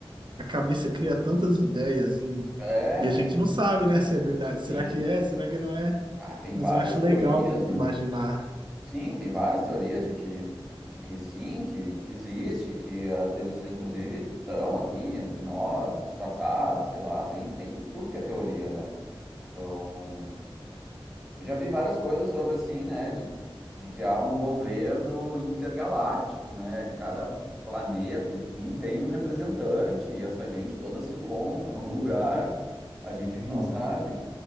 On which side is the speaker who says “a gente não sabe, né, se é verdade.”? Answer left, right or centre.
Right